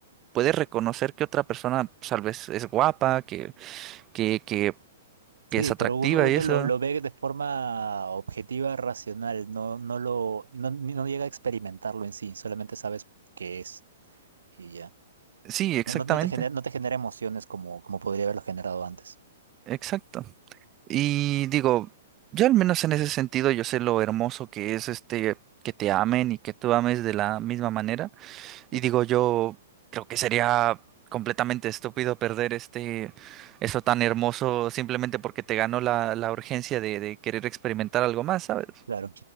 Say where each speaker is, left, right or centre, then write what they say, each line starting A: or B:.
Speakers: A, on the right; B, on the right.
A: puede reconocer que otra persona pues, tal vez es guapa, que que, que,
B: sí,
A: que es atractiva
B: pero uno, uno
A: y eso.
B: lo, lo ve de forma objetiva, racional, no, no lo, no, no llega a experimentarlo en sí, solamente sabes qué es. y ya.
A: Sí, exactamente,
B: No, no- no te genera, no te genera emociones como, como podría haberlo generado antes.
A: exacto. Y digo, yo al menos en ese sentido yo sé lo hermoso que es este que te amen y que tú ames de la misma manera. Y
B: Sí,
A: digo, yo creo que sería completamente estúpido perder este eso tan hermoso simplemente porque te ganó la, la urgencia de, de querer experimentar algo más, ¿sabes?
B: claro.